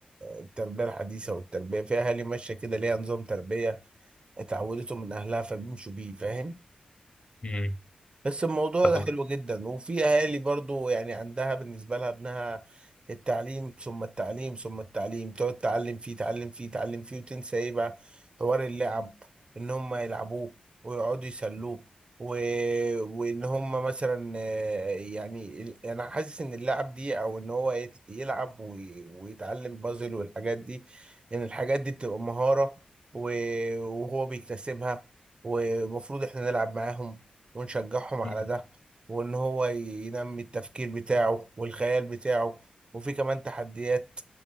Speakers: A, on the right; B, on the left.
A: التربيه الحديثه والتربيه في اهالي ماشيه كده ليها نظام تربيه اتعودته من اهلها فبيمشوا بيه فاهم
B: مم.
A: بس الموضوع
B: طب
A: ده
B: وال-
A: حلو جدا وفي اهالي برضو يعني عندها بالنسبه لها ابنها التعليم ثم التعليم ثم التعليم تقعد تعلم فيه تعلم فيه تعلم فيه وتنسى ايه بقى حوار اللعب ان هم يلعبوه ويقعدوا يسلوه و... وان هم مثلا آه، يعني ال- انا حاسس ان اللعب دي او ان هو يت- يلعب وي... ويتعلم بازل والحاجات دي ان الحاجات دي بتبقى مهاره و... وهو بيكتسبها ومفروض احنا نلعب معاهم ونشجعهم على
B: مم.
A: ده وان هو ينمي التفكير بتاعه والخيال بتاعه وفي كمان تحديات